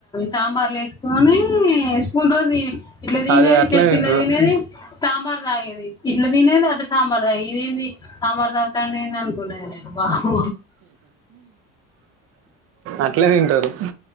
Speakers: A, on the left; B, on the right.
A: సాంబార్లేస్కొని <unintelligible> రోజు ఇట్ల దినేది
B: అదే అట్లనే
A: చెట్నీలో
B: తింటారు
A: దినేది సాంబార్ తాగేది ఇట్లా తినేది అట్ల సాంబార్దా ఇదేంది సాంబార్ దాగుతాండేంది అనుకున్నాను నేను బాబు
B: అట్లే దింటరు